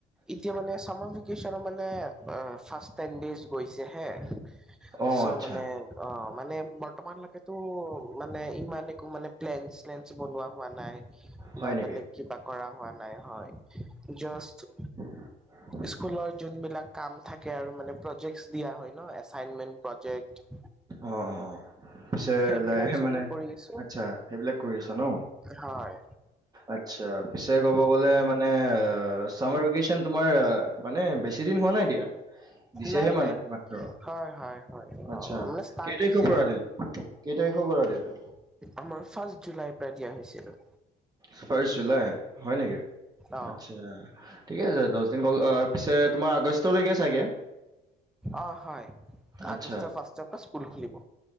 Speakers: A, in the centre; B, on the right (about 20°).
A: এতিয়া মানে চামাৰ ভেকেচনৰ মানে- আহ' ফাষ্ট টাইম ডেইজ গৈছে হে চ'
B: অ', আচ্ছা।
A: মানে- অঁ, মানে বৰ্তমানলৈকেতো মানে ইমান একো মানে প্লেন স্লেন বনোৱা হোৱা নাই।
B: হয়
A: বা
B: নেকি?
A: বেলেগ কিবা কৰা হোৱা নাই হয়, জাষ্ট-
B: <unintelligible>
A: স্কুলৰ যোনবিলাক কাম থাকে আৰু মানে প্ৰজেক্টছ দিয়া হয় ন' এচাইনমেন প্ৰজেক্ট।
B: উম উম। পিছে
A: সেইবিলাক
B: লৈ আহে
A: চবে
B: মানে
A: কৰি আছো
B: আচ্ছা' সেইবিলাক কৰি আছা ন।
A: হয়
B: আচ্ছা' পিছে ক'ব গ'লে মানে অ' চামাৰ- ভিকেচন তোমাৰ মানে বেছি দিন হোৱা নাই দিয়া দিছেহে
A: নাই
B: মানে
A: নাই
B: মাত্ৰ।
A: হয় হয় হয়
B: আচ্ছা'
A: অ মানে ষ্টাৰ্ট
B: কেইটাৰিখৰ
A: হৈছেহে
B: পৰা দিলে, কেইটাৰিখৰ পৰা দিলে?
A: আমাৰ ফাৰ্ষ্ট জুলাইৰ পৰা দিয়া হৈছিলে।
B: ৰ্ফাষ্ট জুলাই হয় নেকি,
A: অ
B: আচ্ছা' ঠিকে আছে দহদিন অহ- পিছে তোমাৰ আগষ্টলৈকে চাগে।
A: অহ' হয়,
B: আচ্ছা
A: আগষ্টৰ ফাৰ্ষ্টৰপৰা স্কুল খুলিব।